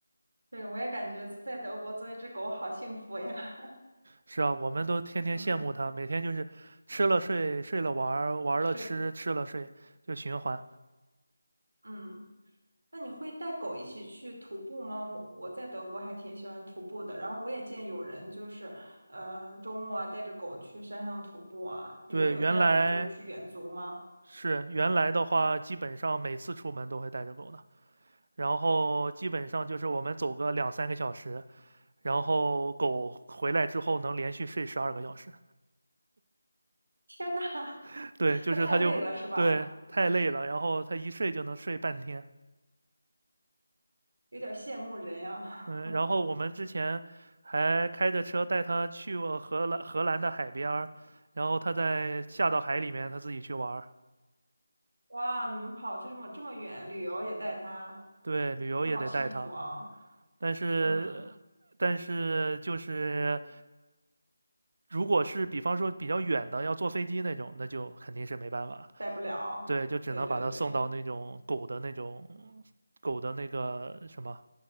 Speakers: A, on the right; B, on the right.
A: 对，我也感觉在德国做一只狗好幸福呀。
B: 是啊，我们都天天羡慕它，
A: <laughs> 嗯，
B: 每天就是吃了睡，睡了玩儿，玩儿了吃，
A: 是的，
B: 吃了睡，就循环。
A: 嗯。那你会带狗一起去徒步吗？我我在德国还挺喜欢徒步的，然后我也见有人就是，嗯，周末啊带着狗去山上徒步啊。你们有带狗就是去远足吗？
B: 对，原来
A: <laughs>
B: 是原来的话，基本上每次出门都会带着狗的。然后基本上就是我们走个两三个小时，然后狗回来之后能连续睡十二个小时。
A: 天呐，<laughs>
B: <laughs> 对，就是它就对太累了，
A: 它太累了是吧？
B: 然后它一睡就能睡半天。
A: 有点羡慕人呀。
B: 嗯，然后我们之前还开着车带它去过荷兰荷兰的海边儿，然后它再下到海里面，它自己去玩儿。
A: <laughs> 哇，你们跑这么这么远，旅游也带它，
B: 对，旅游也得带它。
A: 它好幸福啊。
B: 但是呃但是就是，
A: 嗯，
B: 如果是比方说比较远的，要坐飞机那种，那就肯定是没办法
A: 带不了。
B: 对，就只能把它送到那种狗的那种
A: 对对对，
B: 狗的那个什么